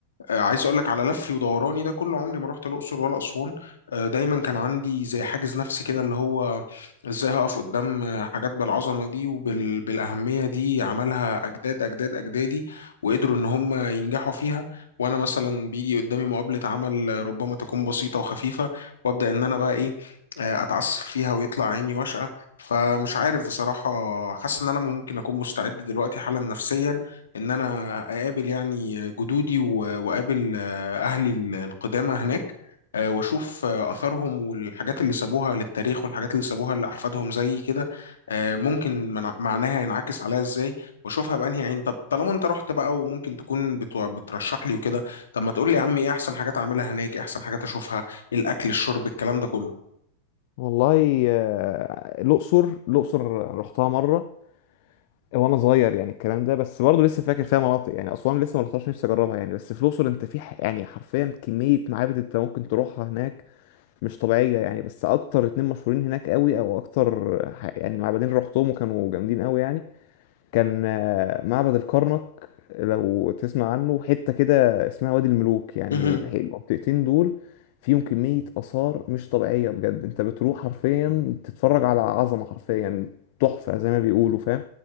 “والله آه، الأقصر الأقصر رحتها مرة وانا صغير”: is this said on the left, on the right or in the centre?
Left